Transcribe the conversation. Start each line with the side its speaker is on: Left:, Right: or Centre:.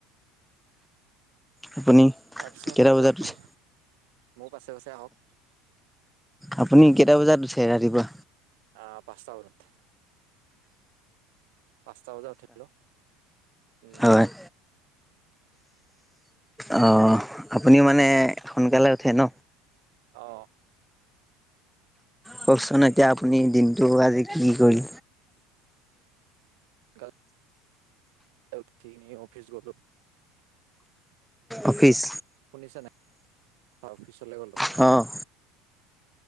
Centre: আপুনি?
Right: তাৰপিছত
Centre: কেইটা বজাত
Right: কওঁক
Centre: উঠে?
Right: মোৰ পাছে পাছে আহক।
Centre: আপুনি কেইটা বজাত উঠে ৰাতিপুৱা?
Right: আ পাঁচটা বজাত। পাঁচটা বজাত উঠিলো উম।
Centre: হয় অ', আপুনি মানে সোনকালে উঠে ন?
Right: অ।
Centre: কওকচোন এতিয়া আপুনি দিনটো আজি কি কি কৰি
Right: গা এ উঠি কিনে অফিচ গ'লো।
Centre: অফিচ?
Right: শুনিছা না? অ অফিচলে গলো।
Centre: অ।